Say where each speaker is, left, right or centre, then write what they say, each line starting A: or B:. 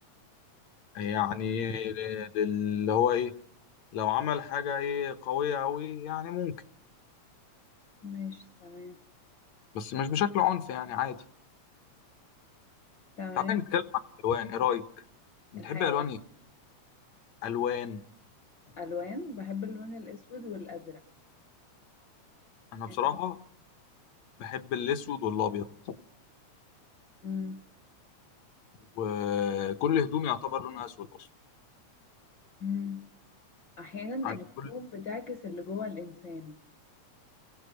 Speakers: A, on the left (about 70°); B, on the left (about 55°).
A: يعني ل- اللي هو ايه لو عمل حاجة ايه قوية قوي يعني ممكن
B: ماشي تمام
A: بس مش بشكل عنف يعني عادي
B: تمام
A: تعالى نتكلم عن الالوان ايه رأيك بتحب
B: الحيوان
A: الوان ايه الوان
B: الوان بحب اللون الاسود والازرق
A: انا
B: انت
A: بصراحة
B: بت...
A: بحب الاسود والابيض
B: مم.
A: وكل هدومي يعتبر لونها اسود اصلا
B: مم. احيانا
A: عندي
B: الهدوم
A: كل
B: بتعكس اللي جوه الانسان